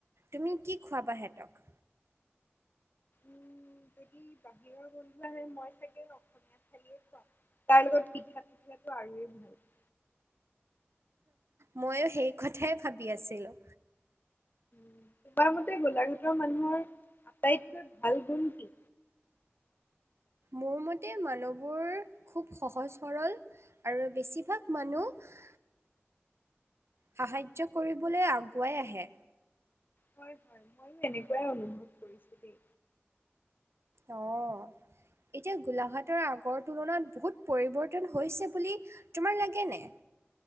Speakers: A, on the right; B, on the left.
A: তুমি কি খুৱাবা হেতক?
B: উম যদি বাহিৰৰ বন্ধু হয় মই চাগে ফালিয়ে খোৱা তাৰ লগত পিঠা আৰুয়েই ভাল <unintelligible>
A: ময়ো সেই কথাই ভাবি আছিলোঁ।
B: <inaudible> তোমাৰ মতে গোলাঘাটৰ মানুহৰ আটাইতকৈ ভাল গুণ কি?
A: মোৰ মতে মানুহবোৰ খুব সহজ সৰল আৰু বেছিভাগ মানুহ- সাহায্য কৰিবলৈ আগুৱাই আহে।
B: হয় হয় ময়ো এনেকোৱাই অনুভৱ কৰিছো দেই।
A: অ এতিয়া গোলাঘাটৰ আগৰ তুলনাত বহুত পৰিৱৰ্তন হৈছে বুলি তোমাৰ লাগে নে